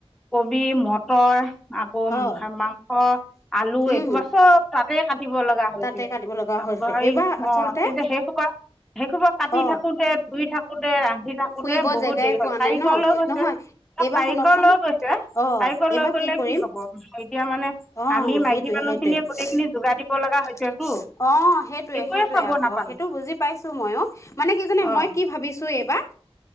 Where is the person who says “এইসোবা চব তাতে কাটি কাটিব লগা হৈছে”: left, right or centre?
Centre